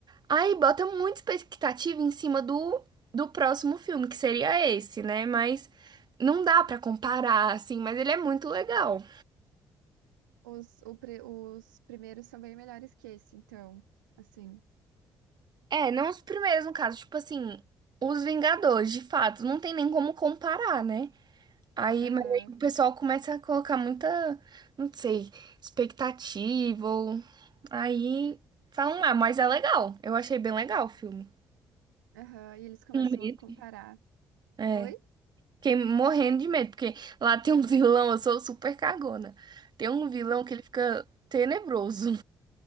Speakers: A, on the right; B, on the right.
A: Aí bota muita expectativa em cima do, do próximo filme, que seria esse, né? Mas não dá pra comparar, assim, mas ele é muito legal.
B: Os, o pri- os primeiros são bem melhores que esse, então. Assim.
A: É, não os primeiros, no caso, tipo assim, os Vingadores, de fato, não tem nem como comparar, né? Aí,
B: Aham.
A: mas aí o pessoal começa a colocar muita, não sei, expectativa. ou- Aí falam, ah, mas é legal. Eu achei bem legal o filme.
B: Aham. E eles começam
A: Com medo.
B: a comparar.
A: É.
B: Oi?
A: Fiquei morrendo de medo, porque lá tem um <laughs> vilão, eu sou super cagona. Tem um vilão que ele fica tenebroso.